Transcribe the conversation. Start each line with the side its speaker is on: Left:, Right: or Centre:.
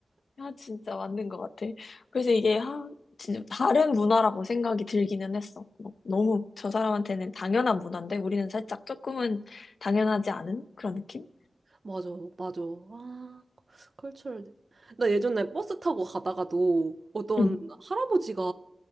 Left: 야, 진짜 맞는 것 같아. 그래서 이게, 하, 진짜 다른 문화라고 생각이 들기는 했어. 막 너무 저 사람한테는 당연한 문화인데, 우리는 살짝 조금은 당연하지 않은 그런 느낌?
Right: 맞아, 맞아. 아, 컬처럴. 나 예전에 버스 타고 가다가도 어떤
Left: 응,
Right: 할아버지가